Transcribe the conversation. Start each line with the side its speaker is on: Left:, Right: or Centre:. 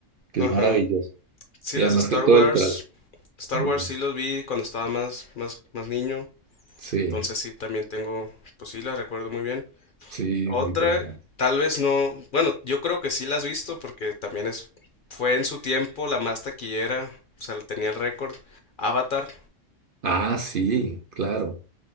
Right: que
Left: Ajá.
Right: es maravilloso.
Left: Sí,
Right: Y
Left: las
Right: además
Left: de Star
Right: que todo
Left: Wars.
Right: el tras.
Left: Star
Right: muy
Left: Wars
Right: bueno.
Left: sí los vi cuando estaba más, más, más niño,
Right: Sí,
Left: entonces sí también tengo, pues sí las recuerdo muy bien.
Right: sí,
Left: Otra,
Right: muy buena.
Left: tal vez no, bueno, yo creo que sí las has visto porque también es, fue en su tiempo la más taquillera, o sea, tenía el récord. Avatar,
Right: Ah, sí, claro,